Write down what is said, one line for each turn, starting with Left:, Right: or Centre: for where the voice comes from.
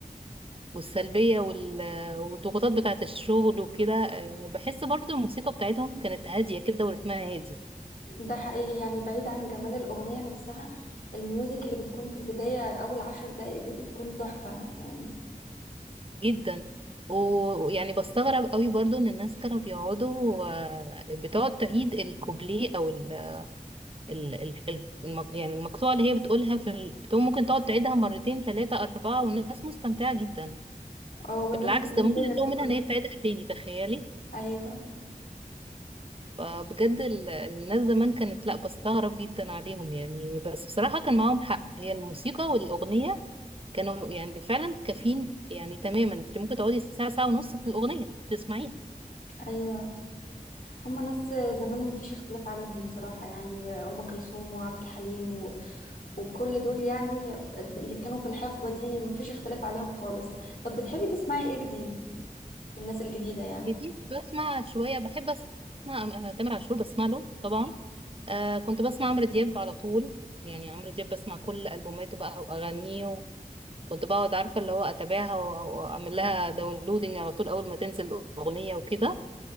Right: والسلبية وال... والضغوطات بتاعة الشغل وكده آه، بحس برضو الموسيقى بتاعتهم كانت هادية كده ورتمها هادي
Left: ده حقيقي يعني بعيد عن جمال الاغنيه نفسها الميوزك اللي بتكون في البدايه اول عشر دقائق دي بتكون تحفه يعني
Right: جدا و- ويعني بستغرب قوي برضو ان الناس كانوا بيقعدوا آه، بتقعد تعيد الكوبليه او ال... ال... ال... ال- الم- يعني المقطوعة اللي هي بتقولها في ال... بتقوم ممكن تقعد تعيدها مرتين ثلاثة أربعة والناس مستمتعة جدا
Left: اه والناس
Right: بالعكس
Left: بتنبهر
Right: ده ممكن يطلبوا
Left: في كل
Right: منها ان هي تعيدها تاني تخيلي
Left: ايوه
Right: فبجد ال- الناس زمان كانت لا بستغرب جدا عليهم يعني بس بصراحة كان معاهم حق هي الموسيقى والأغنية كانوا يعني فعلا كافيين يعني تماما انت ممكن تقعدي ساعة ساعة ونص في الأغنية تسمعيه
Left: ايوه هما ناس زمان مفيش اختلاف عليهم بصراحة يعني أم كلثوم وعبد الحليم و... وكل دول يعني ف- اللي كانوا في الحقبة دي مفيش اختلاف عليهم خالص طب بتحبي تسمعي ايه جديد من الناس الجديدة يعني
Right: جديد بسمع شوية بحب أسمع آه، تامر عاشور بسمع له طبعا آه كنت بسمع عمرو دياب على طول يعني عمرو دياب بسمع كل ألبوماته بقى وأغانيه كنت بقعد عارفة اللي هو أتابعها و- وأعمل لها داونلودنج على طول أول ما تنزل أغنية وكده